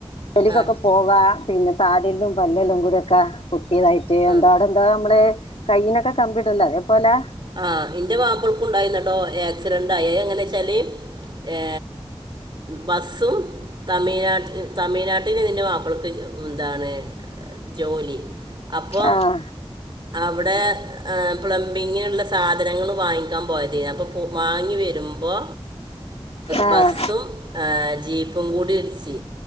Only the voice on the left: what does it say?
ജോലിക്കൊക്കെ
പോവാ പിന്നെ താടിയെല്ലും പല്ലെല്ലും കൂടിയൊക്കെ പൊട്ടിയതായിട്ട്
എന്താട എന്താ നമ്മള് കൈയിനൊക്കെ കമ്പിടല്ലോ അതേപ്പോലെ
ആഹ്
ആഹ്